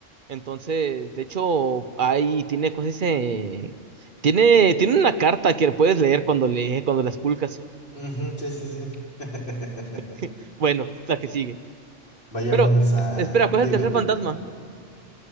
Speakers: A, on the right; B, on the left.
A: Entonces, de hecho, ahí tiene, ¿cómo se dice? Tiene, tiene una carta que puedes leer cuando le, cuando la esculcas.
B: Ujú, sí, sí, sí. <laughs>
A: <laughs> Bueno, la que sigue.
B: Vayámonos
A: Pero,
B: a,
A: eh, espera, ¿cuál
B: dime,
A: es el tercer
B: dime,
A: fantasma?